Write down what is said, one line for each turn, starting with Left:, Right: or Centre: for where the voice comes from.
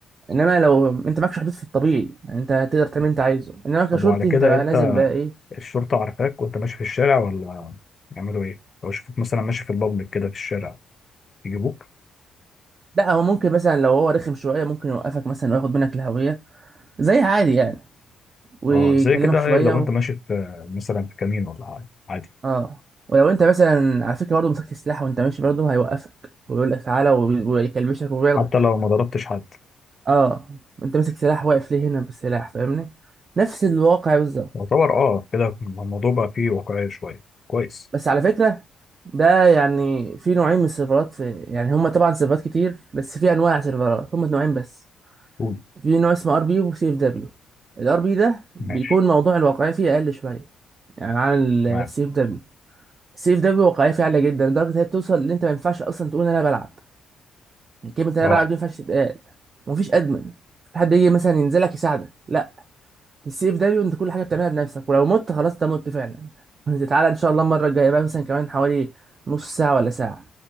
Right: انما لو انت معكش حدود في الطبيعي يعني انت هتقدر تعمل اللي انت عايزه انما كشرطي
Left: طب وعلى كده
Right: انت بقى
Left: انت
Right: لازم بقى ايه
Left: الشرطة عارفاك وانت ماشي في الشارع ولا يعملوا ايه لو شافوك مثلا ماشي في البابليك كده في الشارع يجيبوك
Right: لا هو ممكن مثلا لو هو رخم شويه ممكن يوقفك مثلا وياخد منك الهويه زي عادي يعني ويكلمك
Left: اه زي كده
Right: شويه
Left: ايه لو
Right: و...
Left: انت ماشي في مثلا في كمين ولا حاجة عادي
Right: اه ولو انت مثلا على فكره برضه مسكت سلاح وانت ماشي برضه هيوقفك ويقول لك تعالى وي- ويكلبشك وياخدك
Left: حتى لو ما ضربتش حد
Right: اه انت ماسك سلاح واقف ليه هنا بالسلاح فاهمني نفس الواقع بالظبط
Left: يعتبر اه كده الموضوع بقى فيه واقعية شوية كويس
Right: بس على فكره ده يعني في نوعين من السيرفرات في يعني هما طبعا سيرفرات كتير بس في انواع سيرفرات هما نوعين بس
Left: قول
Right: في نوع اسمه ار بي وسي اف دبليو الار بي ده بيكون
Left: ماشي
Right: موضوع الواقعيه فيه اقل شويه يعني عن السي
Left: تمام
Right: اف دبليو السي اف دبليو واقعيه فيه عاليه جدا لدرجه إن هي بتوصل ان انت ما ينفعش اصلا تقول انا بلعب يعني كلمه انا
Left: اه
Right: بلعب دي ما ينفعش تتقال ومفيش ادمن في حد يجي مثلا ينزلك يساعدك لا في السي اف دبليو انت كل حاجه بتعملها بنفسك ولو مت خلاص انت مت فعلا <laughs> انت تعالى ان شاء الله المره الجايه بقى مثلا كمان حوالي نص ساعه ولا ساعه